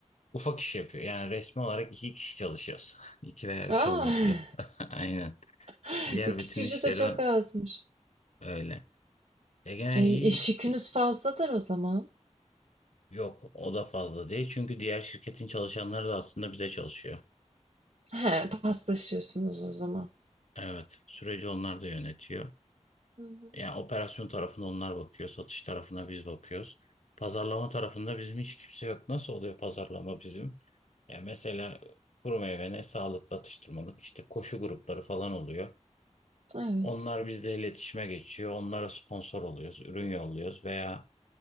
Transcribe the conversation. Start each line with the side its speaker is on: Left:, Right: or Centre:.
Left: ufak iş yapıyor. Yani resmi olarak iki kişi çalışıyoruz. <laughs> İki veya
Right: A!
Left: üç olması lazım. <laughs> Aynen.
Right: <laughs>
Left: Diğer bütün
Right: kişi
Left: işleri
Right: de çok
Left: ö-
Right: azmış.
Left: öyle. E gene
Right: E,
Left: iyi
Right: iş yükünüz
Left: i-
Right: fazladır o zaman.
Left: yok o da fazla değil. Çünkü diğer şirketin çalışanları da aslında bize çalışıyor.
Right: He, paslaşıyorsunuz o zaman.
Left: Evet. Süreci onlar da yönetiyor.
Right: Hı hı.
Left: Yani operasyon tarafına onlar bakıyor, satış tarafına biz bakıyoruz. Pazarlama tarafında bizim hiç kimse yok. Nasıl oluyor pazarlama bizim? Ya mesela kuru meyvene sağlıklı atıştırmalık işte koşu grupları falan oluyor.
Right: Evet.
Left: Onlar bizle iletişime geçiyor. Onlara sponsor oluyoruz, ürün yolluyoruz veya